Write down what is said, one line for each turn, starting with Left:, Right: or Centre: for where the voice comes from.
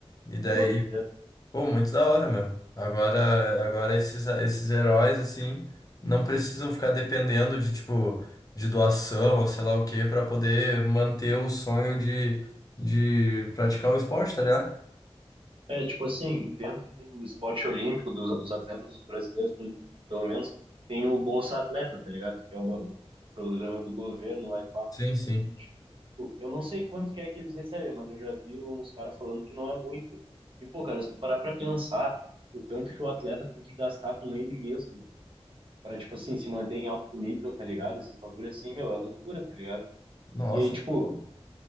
Left: E daí
Right: Pô, literal.
Left: Pô, muito da hora, meu. Agora, agora esses, esses heróis, assim, não precisam ficar dependendo de, tipo, de doação ou sei lá o quê pra poder manter o sonho de, de praticar o esporte, tá ligado?
Right: É, tipo assim, dentro do esporte olímpico, dos os atletas brasileiros, por ex- pelo menos, tem o Bolsa Atleta, tá ligado? Que é o, ba- o programa do governo lá e pá.
Left: Sim, sim.
Right: E, tipo, eu não sei quanto que é que eles recebem, mas eu já vi uns caras falando que não é muito. E, pô, cara, se tu parar pra pensar, o tanto que o atleta tem que gastar com ele mesmo pra, tipo assim, se manter em alto nível, tá ligado? Esses bagulho assim, meu, é loucura, tá ligado?
Left: Nossa,
Right: E aí, tipo,
Left: que louco.